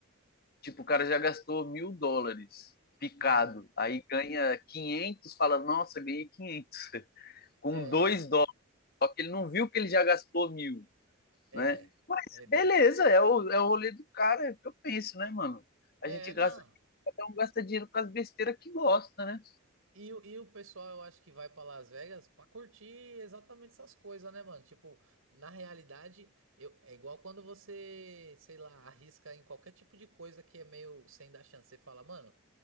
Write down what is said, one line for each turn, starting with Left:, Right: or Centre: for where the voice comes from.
Left: tipo, o cara já gastou mil dólares picado,
Right: Hum,
Left: aí ganha 500, fala, nossa, ganhei 500 com
Right: é,
Left: dois dólares, só que ele não viu que ele já gastou mil,
Right: é,
Left: né?
Right: é, desse-
Left: Beleza, é o, é o rolê do cara, é o que eu penso, né, mano?
Right: é,
Left: A gente gasta,
Right: não.
Left: cada um gasta dinheiro com as besteiras que gosta, né?
Right: E, o- e o pessoal, eu acho que vai pra Las Vegas pra curtir exatamente essas coisas, né, mano? Tipo, na realidade, eu, é igual quando você, sei lá, arrisca em qualquer tipo de coisa que é meio sem dar chance. Você fala, mano.